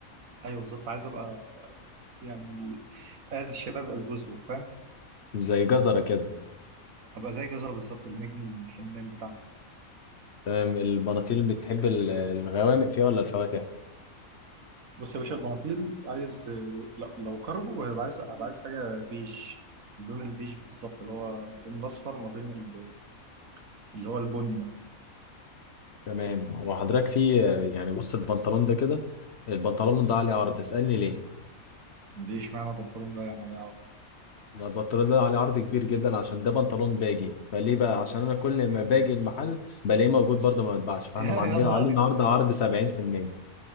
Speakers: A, on the right; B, on the left.
A: ايوه بالظبط عايز ابقى يعني از الشباب از جوزله فاهم
B: زي جزرة كده
A: ابقى زي جزره بالظبط النجم الفنان بتاعنا
B: تمام البناطيل بتحب ال- الغوامق فيها ولا الفواتح
A: بص يا باشا البناطيل عايز لو لو كارجو هيبقى عايز ابقى عايز حاجه بيج اللون البيج بالظبط اللي هو بين الاصفر وما بين ال- اللي هو البني ده
B: تمام وحضرتك في يعني بص البنطلون ده كده البنطلون ده عليه عرض اسألني ليه
A: دي اشمعنى بنطلون ده يعني لا
B: لا، البنطلون ده عليه عرض كبير جدا عشان ده بنطلون باجي فليه بقى عشان انا كل ما باجي المحل بلاقيه موجود برضه ما بتباعش فاحنا
A: <laughs>
B: عاملين
A: يا نهار
B: عليه النهارده
A: اسود
B: عرض 70%